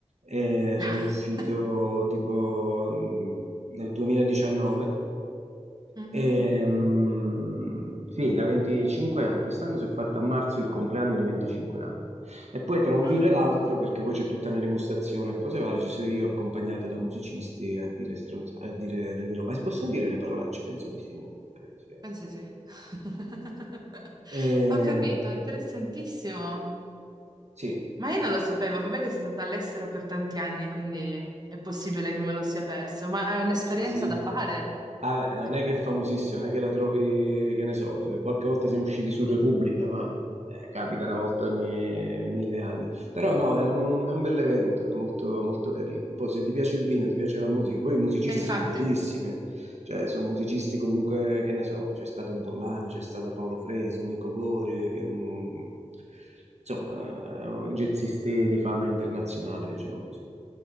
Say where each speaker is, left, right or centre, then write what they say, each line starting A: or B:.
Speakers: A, on the right; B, on the right.
A: Eh,
B: <laughs>
A: sono uscito tipo mh, nel 2019
B: Mhm.
A: Ehm, sì, da 25 anni. Quest'anno si è fatto a marzo il compleanno di 25 anni. E poi tra un
B: Ah,
A: vino e l'altro, perché poi c'è tutta una degustazione e cose varie, ci sono io accompagnato da musicisti a dire, stronza- a dire delle robe. Ma si possono dire le parolacce? Penso di sì, non credo sia
B: pensi
A: una
B: sì.
A: cosa.
B: <laughs>
A: Eh,
B: Ho capito, interessantissimo.
A: sì,
B: Ma io non lo sapevo, vabbè che sono stata all'estero per tanti anni, quindi è possibile che me lo sia perso, ma è un'esperienza
A: sì,
B: da fare.
A: Ah, beh,
B: Sicur-
A: non è che è famosissima, non è che la trovi, che ne so, se- qualche volta siamo usciti su Repubblica, ma eh, capita una volta ogni mille anni. Però no, è un, è un bel evento, è molto, molto carino. Poi se ti piace il vino, ti piace la musica, poi i musicisti
B: E infatti.
A: sono bravissimi, cioè sono musicisti comunque, che ne so, c'è stato Bollani, c'è stato Paolo Fresu, Nico Gore, che è un- insomma, eh, jazzisti di fama internazionale, diciamo così.